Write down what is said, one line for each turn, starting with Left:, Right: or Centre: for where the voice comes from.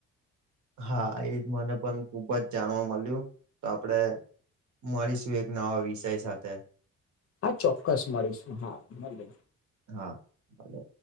Right: હા એજ મને પણ ખુબ જ જાણવા મળ્યું તો આપડે મડી શું એક નવા વિષય સાથે
Left: હા ચોક્કસ મળીશું હા મળીયે
Right: હા ભલે